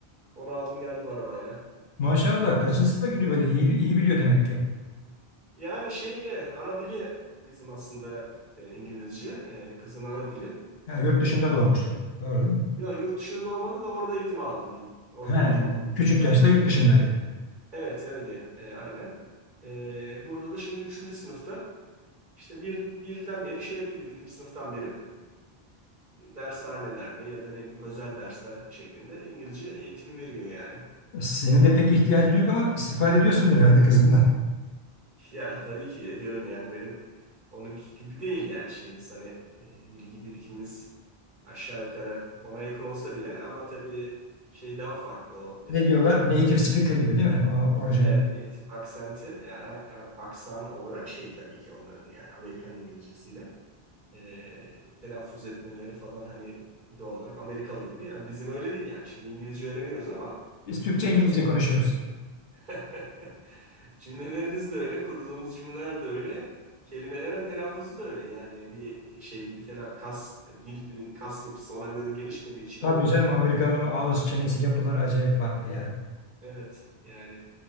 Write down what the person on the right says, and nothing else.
Onu aldım geldim arabayla.
Yani şeye ana dili bizim aslında e, İngilizce e, kızın ana dili.
E,
yo, yurt dışında doğmadı da orada eğitim aldı diyeyim. Orada
eğitim aldı.
Evet öyle e, aynen. E, burada da şimdi üçüncü sınıfta işte bir, birden beri şey yapıyor. Birinci sınıftan beri e, dershanelerde ya da ne bileyim özel dersler şeklinde İngilizce eğitim veriyor yani.
Ya tabii ki ediyorum yani benim onunki gibi değil yani şeyimiz hani e, bilgi birikimimiz aşağı yukarı ona yakın olsa bile ama tabii şey daha farklı o direkt
ana
evet, evet, aksenti yani a- a- aksan olarak şey tabii ki onların yani Amerikan İngilizcesiyle e, telaffuz etmeleri falan hani doğal olarak Amerikalı gibi yani bizim öyle değil yani şimdi İngilizce öğreniyoruz ama
biliyorsun
<laughs> Cümlelerimiz de öyle, kurduğumuz cümleler de öyle, kelimelerin telaffuzu da öyle. Yani bir şey gibi tela- kas, dilin kas yapısı ona göre gelişmediği için
olmuyor
tabii.
Evet, yani